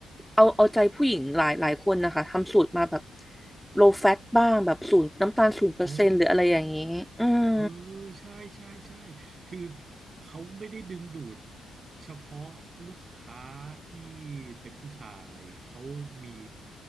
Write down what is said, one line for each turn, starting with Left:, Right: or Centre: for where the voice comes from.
Centre: เอาเอาใจผู้หญิงหลายหลายคนนะคะ ทำสูตรมาแบบ low fat บ้าง แบบศูนย์น้ำตาลศูนย์เปอร์เซ็นต์หรืออะไรอย่างนี้
Right: อ๋อ
Centre: อืม
Right: เออ ใช่ใช่ใช่คือเขาไม่ได้ดึงดูดเฉพาะลูกค้าที่เป็นผู้ชาย เขามี